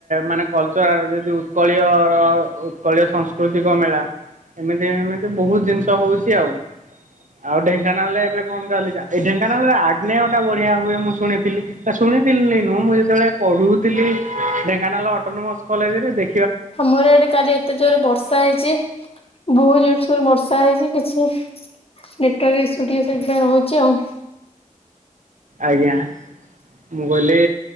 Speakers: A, on the right; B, on the left.
A: ମାନେ କଲଚରାଲ ଯଦି ଉତ୍କଳୀୟର କଳିୀୟ ସଂସ୍କୃତିକ ମେଳା ଏମିତି ଏମିତି ବହୁତ ଜିନିଷ ହଉଛି ଆଉ। ଆଉ ଢେଙ୍କାନାଳରେ ଏବେ କଣ ଚାଲିଛି ଏଇ ଢେଙ୍କାନାଳରେ ଆଗ୍ନୟଟା ବଢିଆ ହୁଏ ମୁଁ ଶୁଣିଥିଲି ଶୁଣିଥିଲି ନୁ ମୁଁ ଯେତେବେଳେ ପଢୁଥିଲି ଢେଙ୍କାନାଳ ଅଟୋନୋମସ କଲେଜରେଦେ
B: ଆମର ଇଆଡେ କାଲି ଏତେ ଜୋରେ ବର୍ଷା ହେଇଛି। ବହୁତ ଜୋରସୋରେ ବର୍ଷା ହେଇଛି କିଛି ନେଟୱାର୍କ ଇସୁ ଟିକେ ସେଥିପାଇଁ ରହୁଛି ଆଉ।
A: ଆଜ୍ଞା ମୁଁ କହିଲି